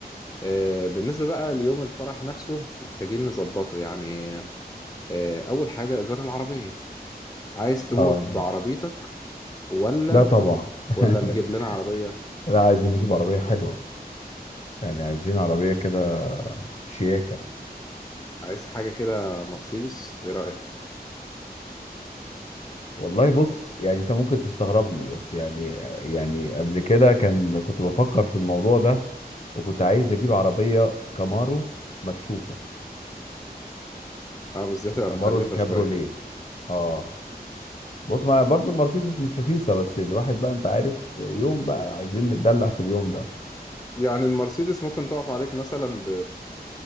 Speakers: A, on the left; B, on the left.
A: آه، بالنسبة بقى ليوم الفرح نفسه محتاجين نظبطه يعني آه، أول حاجة إيجار العربية عايز تروح
B: أه
A: بعربيتك ولا
B: لا طبعا <laughs>
A: ولا نجيب لنا عربية
B: لا عايزين نجيب عربية حلوة يعني عايزين عربية كده شياكة
A: عايز حاجة كده مرسيدس إيه رأيك؟
B: والله بص يعني انت ممكن تستغربني بس يعني يعني قبل كده كان كنت بفكر في الموضوع ده وكنت عايز اجيب عربية كامارو مكشوفة
A: اه بس دي هتبقى
B: كامارو
A: مكلفة
B: الكابروليه
A: شوية
B: اه بص ما برضو المرسيدس مش رخيصة بس الواحد بقى انت عارف يوم بقى عايزين نتدلع في اليوم ده
A: يعني المرسيدس ممكن تقف عليك مثلا ب...